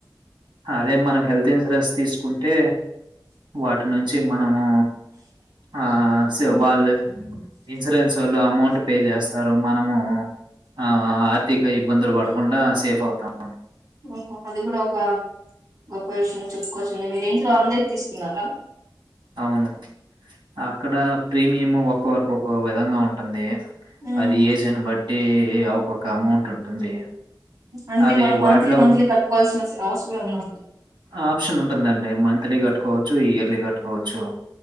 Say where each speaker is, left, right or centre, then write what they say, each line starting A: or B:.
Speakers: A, on the right (about 85°); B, on the right (about 50°).
A: అదే మన హెల్త్ ఇన్సూరెన్స్ తీస్కుంటే వాటి నుంచి మనము ఆ సే వాళ్ళు ఇన్సూరెన్స్ ఒళ్ళు అమౌంట్ పే జేస్తారు మనము ఆ ఆర్థిక ఇబ్బందులు బడకుండా సేఫ్ అవుతాము
B: ఓహో అది కూడా ఒక గొప్ప విషయం చెప్పుకోవచ్చులే మీరు ఇంట్లో అందర్కి తీస్కున్నారా
A: అవును అక్కడ ప్రీమియం ఒక్కొర్కు ఒకో విధంగా ఉంటుంది
B: ఉమ్
A: అది ఏజును బట్టి ఒకొక్క అమౌంట్ ఉంటుంది
B: అంటే
A: అవి
B: మనం
A: వాటిలో
B: మంత్లీ మంత్లీ కట్టుకోవాల్సిన సే అవసరమేమన్నా
A: ఆప్షన్ ఉంటుందండి మంత్లీ కట్టుకోవచ్చు ఇయర్లీ కట్టుకోవచ్చు